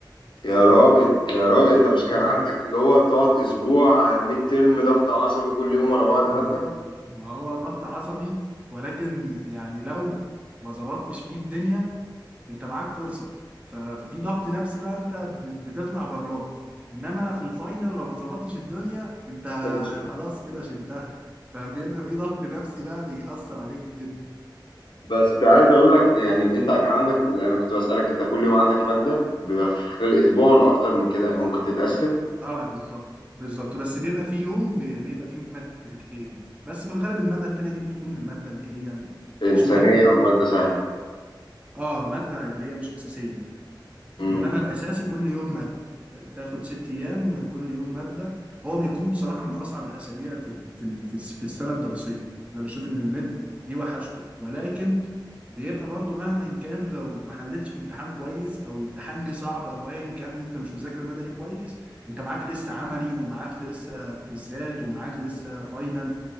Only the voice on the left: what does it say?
يا راجل يا راجل انت مش كان
عندك
اللي هو بتقعد اسبوع على الميد تيرم ضغط عصبي كل يوم ورا بعض
ماده
انت
بس عايز اقول لك يعني انت كان عندك انا كنت بسألك انت كل يوم عندك مادة بيبقى في خلال اسبوع ولا اكتر من كده يعني ممكن تتقسم
انسانية
او مادة سهلة
امم